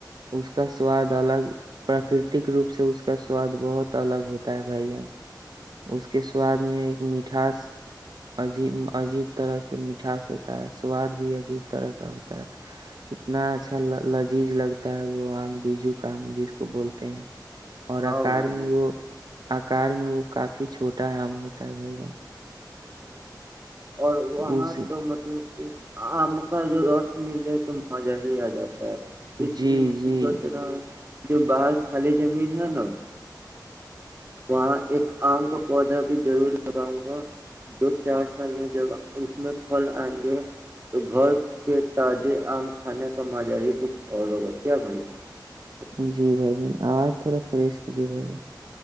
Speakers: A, on the right (about 60°); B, on the right (about 30°).
A: اس کا سواد الگ پراکرتک روپ سے اس کا سواد بہت الگ ہوتا ہے بھائی جان اس کے سواد میں مٹھاس عجب عجیب طرح کا مٹھاس ہوتا ہے سواد بھی عجیب طرح کا ہوتا ہے اتنا اچھا لذیذ لگتا ہے وہ آم بیجو کا آم جس کو بولتے ہیں اور
B: ہاں
A: آکار
B: بھائی
A: میں
B: ج
A: وہ آکار میں وہ کافی چھوٹا آم ہوتا تا بھائی جان
B: ہوں اور وہاں
A: اسی
B: تو مطلب آم کا جو رس مل جائے تو مزہ ہی آ جاتا
A: جی
B: اس لیے میں
A: جی
B: سوچ رہا ہوں جو باہر خالی زمین ہے نا وہاں ایک آم کا پودا بھی ضرور لگاؤں گا دو چار سال میں جب اس میں پھل آئیں گے تو گھر کے تازے آم کھانے کا مزہ ہی کچھ اور ہوگا کیا بھائی ج
A: جی بھائی جان آواز تھوڑا فریش یہیے بائیا